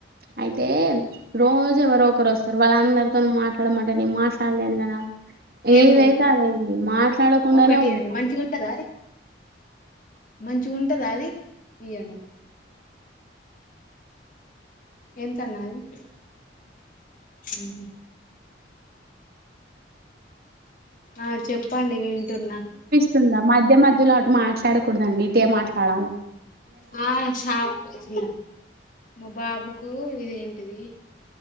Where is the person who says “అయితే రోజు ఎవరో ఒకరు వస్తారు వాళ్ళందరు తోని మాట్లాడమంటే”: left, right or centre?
Right